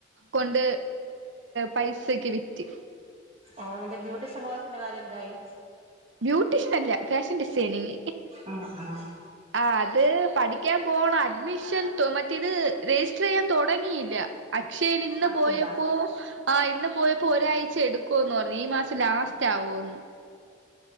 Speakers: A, on the right; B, on the right.
A: കൊണ്ട് പൈസയെക്കെ വിറ്റ്
B: ഓൺലൈനിന്റെബ്യൂട്ടിസം കോഴ്സ് ന്റെ കാര്യം എന്തായി?
A: ബ്യൂട്ടീഷ്യൻ അല്ല, ഫാഷൻ ഡിസൈനിങ്.
B: ആഹ് ആഹ്
A: ആഹ് അത് പഠിക്കാൻ പോണം. അഡ്മിഷൻ മറ്റേത് രജിസ്റ്റർ ചെയ്യാൻ തെടങ്ങിയില്ല. അക്ഷയയിൽ ഇന്ന്
B: അക്ഷയില
A: പോയപ്പോ ആ ഇന്ന് പോയപ്പോ ഒരാഴ്ച എടുക്കുയെന്ന്പറഞ്ഞു. ഈ മാസം ലാസ്റ്റ് ആവുന്ന്.